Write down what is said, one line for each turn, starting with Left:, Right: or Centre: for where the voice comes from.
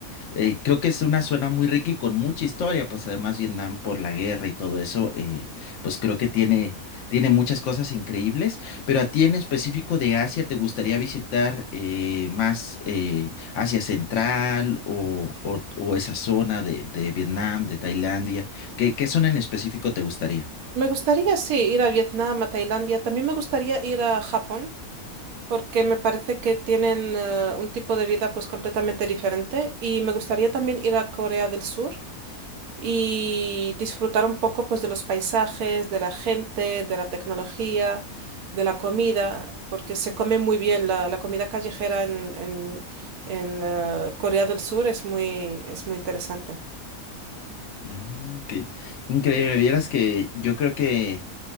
Left: eh, creo que es una zona muy rica y con mucha historia. Pues además Vietnam por la guerra y todo eso, eh, pues creo que tiene, tiene muchas cosas increíbles. Pero a ti en específico de Asia, ¿te gustaría visitar eh, más eh, Asia Central o, o- o esa zona de, de Vietnam, de Tailandia? ¿Qué, qué zona en específico te gustaría?
Right: Me gustaría, sí, ir a Vietnam, a Tailandia. También me gustaría ir a Japón, porque me parece que tienen eh, un tipo de vida pues completamente diferente. Y me gustaría también ir a Corea del Sur, y disfrutar un poco pues de los paisajes, de la gente, de la tecnología, de la comida, porque se come muy bien la, la comida callejera en, en, en, eh, Corea del Sur es muy, es muy interesante.
Left: Oh, qué increíble. Vieras que yo creo que